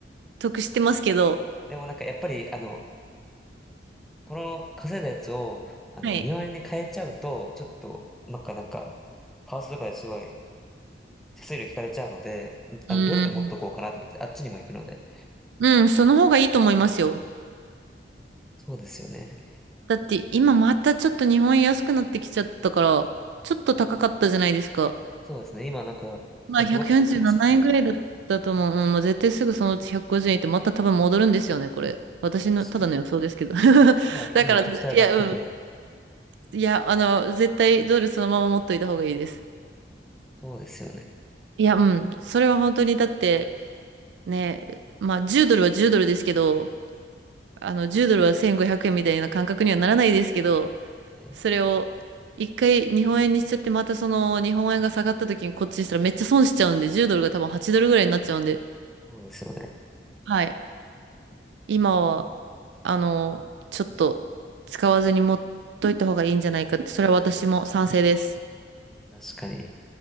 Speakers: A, on the right (about 70°); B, in the centre.
A: 得してますけど。
B: でもなんかやっぱり、あの、この稼いだやつを、あの、
A: はい。
B: 日本円で買えちゃうと、ちょっと、なんかなんか、為替とかですごい手数料引かれちゃうので、んあの、
A: うーん。
B: ドルで持っとこうかなと思って、あっちにも行くので。
A: うん、その方がいいと思いますよ。
B: そうですよね。
A: だって今またちょっと日本円安くなってきちゃったから、ちょっと高かったじゃないですか。
B: そうですね。今なんか、
A: まあ、
B: 150切ってますよね。
A: 147円ぐらいだったと思う。うん、もう絶対すぐそのうち150円ってまた多分戻るんですよね、これ。私の、
B: 確か
A: ただの予想ですけど。<laughs>
B: に。今、
A: だから、
B: めちゃくちゃ上がってて。
A: いや、うん。いや、あの、絶対ドルそのまま持っといた方がいいです。
B: そうですよね。
A: いや、うん。それは本当に、だって、ね、まあ、10ドルは10ドルですけど、あの、10ドルは1500円みたいな感覚にはならないですけど、
B: はい。
A: それを、一回日本円にしちゃって、またその日本円が下がった時にこっちにしたらめっちゃ損しちゃうんで、10ドルが多分8ドルぐらいになっちゃうんで、
B: そうですよね。
A: はい。今は、あの、ちょっと使わずに持っといた方がいいんじゃないかって、
B: はい。
A: それは私も賛成です。
B: 確かに。